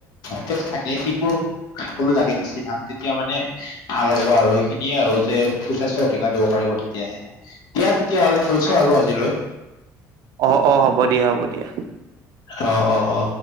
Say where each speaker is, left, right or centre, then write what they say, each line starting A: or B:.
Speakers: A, on the left; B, on the right.
A: সতেজ থাকে সেইবোৰ খাবলৈ লাগে বেছিভাগ তেতিয়া মানে। ভাল হ'ব আৰু সেইখিনিয়ে আৰু যে সুস্বাস্থ্যৰ অধিকাৰ দিব পাৰিব তেতিয়াহে। দিয়া তেতিয়াহ'লে থৈচো আৰু আজিলৈ।
B: অ অ হ'ব দিয়া হ'ব দিয়া।
A: অ অ অ।